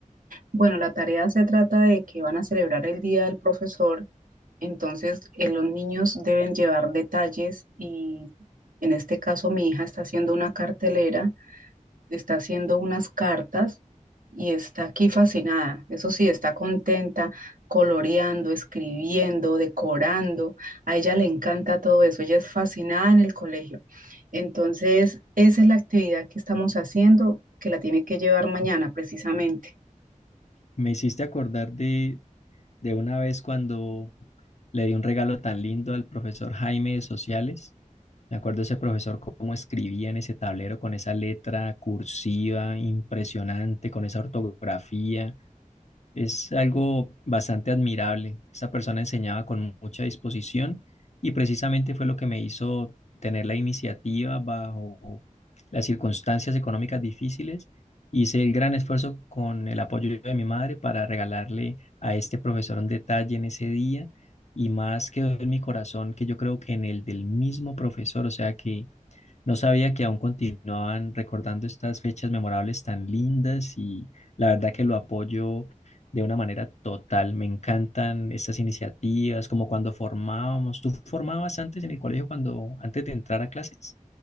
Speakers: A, on the right; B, on the left.
A: Bueno, la tarea se trata de que van a celebrar el Día del Profesor Entonces, eh, los niños deben llevar detalles y en este caso mi hija está haciendo una cartelera, está haciendo unas cartas y está aquí fascinada. Eso sí, está contenta, coloreando, escribiendo, decorando. A ella le encanta todo eso. Ella es fascinada en el colegio. Entonces, esa es la actividad que estamos haciendo, que la tiene que llevar mañana precisamente.
B: Me hiciste acordar de, de una vez cuando le di un regalo tan lindo al profesor Jaime de Sociales. Me acuerdo ese profesor cómo escribía en ese tablero con esa letra cursiva impresionante, con esa ortografía. Es algo bastante admirable. Esta persona enseñaba con mucha disposición y precisamente fue lo que me hizo tener la iniciativa bajo las circunstancias económicas difíciles. Hice el gran esfuerzo con el apoyo de mi madre para regalarle a este profesor un detalle en ese día y más quedó en mi corazón que yo creo que en el del mismo profesor, o sea que no sabía que aún continuaban recordando estas fechas memorables tan lindas y la verdad que lo apoyo de una manera total. Me encantan estas iniciativas, como cuando formábamos. ¿Tú formabas antes en el colegio cuando antes de entrar a clases?